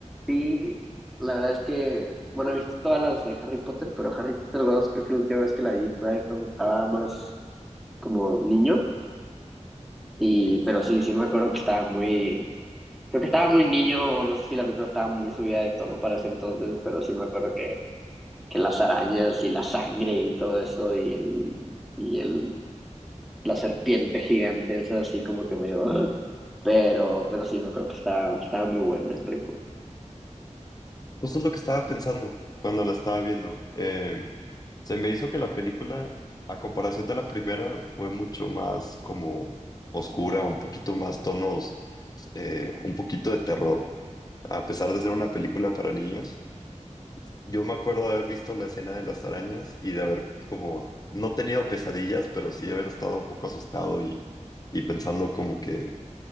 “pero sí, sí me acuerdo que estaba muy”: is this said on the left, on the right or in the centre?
Centre